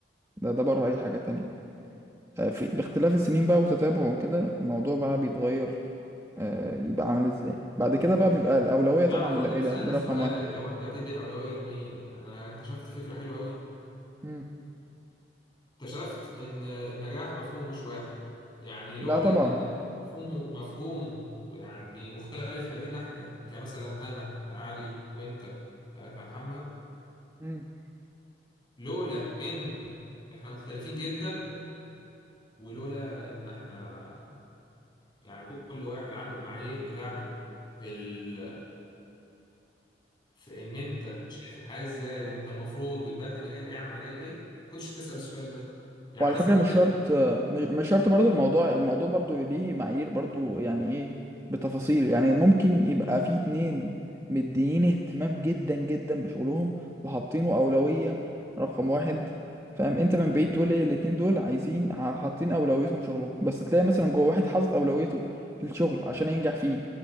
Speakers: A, on the right; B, on the left.
A: ده ده بره اي حاجة تانية آه، في باختلاف السنين بقى وتتابعه وكده الموضوع بقى بيتغير آه، يبقى عامل ازاي بعد كده بقى بيبقى الأولوية
B: تعرف
A: طبعا
B: وانت
A: للعيلة
B: بتسالني
A: ده
B: السؤال
A: رقم واحد
B: اللي هو انت هتدي الاولويه لمين انا اكتشفت فكره حلوه قوي
A: مم.
B: اكتشفت ان النجاح مفهومه مش واحد يعني لو
A: لا طبعا
B: لان النجاح مفهومه مفهومه يعني مختلف ما بيننا احنا كمثلا انا علي وانت آه، كمحمد
A: مم.
B: لولا ان احنا مختلفين جدا ولولا ان احنا يعني كل واحد عنده المعايير بتاعته في ال في ان انت شايف الحياة ازاي وانت المفروض بتبدي مجال ايه عن مجال ايه ما كنتش تسأل السؤال ده يعني
A: وعلى
B: مثلا
A: فكرة
B: ممكن
A: مش شرط آه، مش مش شرط برضو الموضوع الموضوع برضو ليه معايير برضو يعني ايه بتفاصيل يعني ممكن يبقى في اتنين مديين اهتمام جدا جدا بشغلهم وحاطينه أولوية رقم واحد فاهم انت من بعيد تقول ايه الاتنين دول عايزين ح- حاطين أولويتهم شغلهم بس تلاقي مثلا جوه واحد حاطط أولويته للشغل عشان ينجح فيه